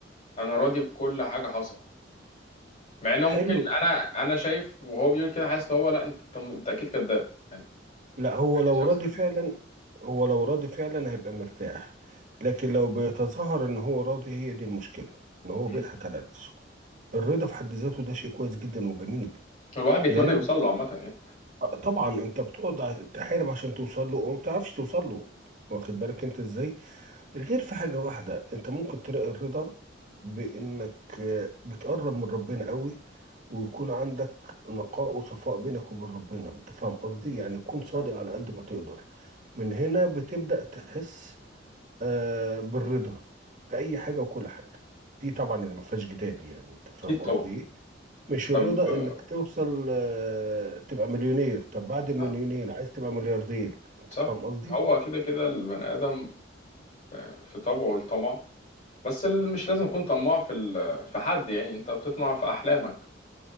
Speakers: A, on the left; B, on the right.
A: انا راضي بكل حاجة حصلت مع انه ممكن
B: حلو
A: انا انا شايف وهو بيقول كده حاسس اللي هو لا انت انت انت اكيد كذاب يعني
B: لا هو
A: أنت
B: لو
A: اكيد شخص
B: راضي
A: كذاب
B: فعلا هو لو راضي فعلا هيبقى مرتاح لكن لو بيتظاهر ان هو راضي هي دي المشكله ان هو
A: مم.
B: بيضحك على نفسه الرضا في حد ذاته ده شيء كويس جدا وجميل
A: الواحد بيتمنى
B: يا ريت
A: يوصل له عامة يعني
B: آه، طبعا انت بتقعد ع- تحارب عشان توصل له وما بتعرفش توصل له واخد بالك انت ازاي غير في حاجة واحدة انت ممكن تلاقي الرضا بانك آه، بتقرب من ربنا قوي ويكون عندك نقاء وصفاء بينك وبين ربنا انت فاهم قصدي يعني تكون صادق
A: آه،
B: على قد ما تقدر من هنا بتبدأ تحس آه، بالرضا في اي حاجة وكل حاجة دي طبعا اللي ما فيهاش جدال يعني انت فاهم
A: اكيد طبعا
B: قصدي ايه مش الرضا
A: طب آه،
B: انك توصل آه، تبقى مليونير طب بعد المليونير
A: لا
B: عايز تبقى ملياردير انت
A: صح
B: فاهم قصدي
A: هو كده كده البني ادم في في طبعه الطمع بس ال- مش لازم يكون طماع في ال- في حد يعني انت بتطمع في احلامك